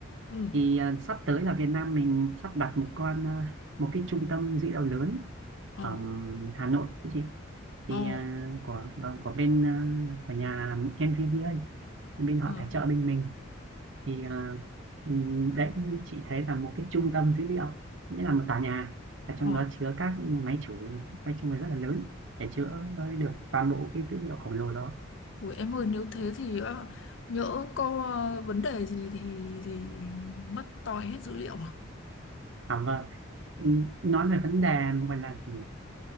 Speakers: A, on the left; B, on the right.
A: ừ,
B: thì à, sắp tới là Việt Nam mình sắp đặt một con à, một cái trung tâm dữ liệu lớn
A: ờ,
B: ở Hà Nội cái chị thì
A: ờ,
B: à, của vâng, của bên à, của nhà NVDA thì bên họ
A: ờ,
B: tài trợ bên mình thì à, ừ, đấy như chị thấy là một cái trung tâm dữ liệu nghĩa là một tòa nhà và
A: ờ.
B: trong đó chứa các máy chủ nói chung là rất là lớn để chữa được toàn bộ cái dữ liệu khổng lồ đó
A: Ủa em ơi nếu thế thì ờ, nhỡ có ờ, vấn đề gì thì thì mất toi hết dữ liệu à?
B: à, vâng Ừ, nói về vấn đề gọi là gì?